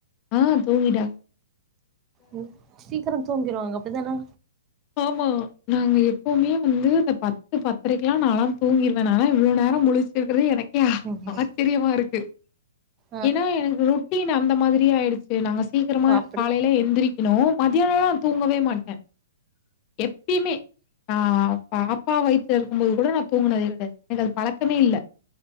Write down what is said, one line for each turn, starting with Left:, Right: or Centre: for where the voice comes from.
Left: ஆ தூங்கிட்டா
Right: ம் சீக்கிரம் தூங்கிருவாங்க அப்டித்தான
Left: ஆமா நாங்க எப்பவுமே வந்து அந்த பத்து பத்திரக்குல்லாம் நாளாம் தூங்கிரு நாலா இவ்ளோ நேரம் முழிச்சு இருக்கறது எனக்கே
Right: ம்
Left: ஆச்சரியமா இருக்கு
Right: ஆ
Left: ஏன்னா எனக்கு ரொட்டீன் அந்த மாதிரியே ஆயிடுச்சு நாங்க சீக்கிரமா
Right: ஆ அப்டி
Left: காலையில எந்திரிக்குணும் மத்தியானலாம் தூங்கவே மாட்டேன் எப் எப்பியுமே ஆ பாப்பா வயித்துல இருக்கும் மோது கூட நான் தூங்கனதே கெடையாது எனக்கு பழக்கமே இல்ல